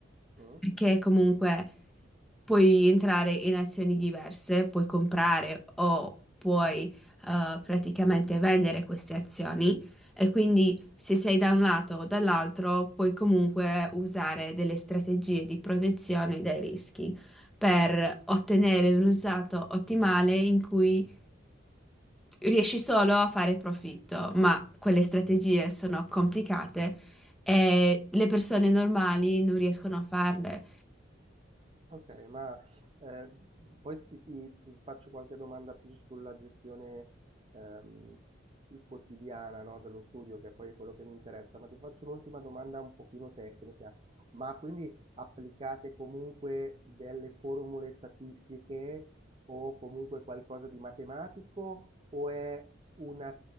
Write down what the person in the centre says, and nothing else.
perché comunque puoi entrare in azioni diverse, puoi comprare o puoi eh, praticamente vendere queste azioni e quindi se sei da un lato o dall'altro puoi comunque usare delle strategie di protezione dai rischi per ottenere un risultato ottimale in cui riesci solo a fare profitto, ma quelle strategie sono complicate e le persone normali non riescono a farle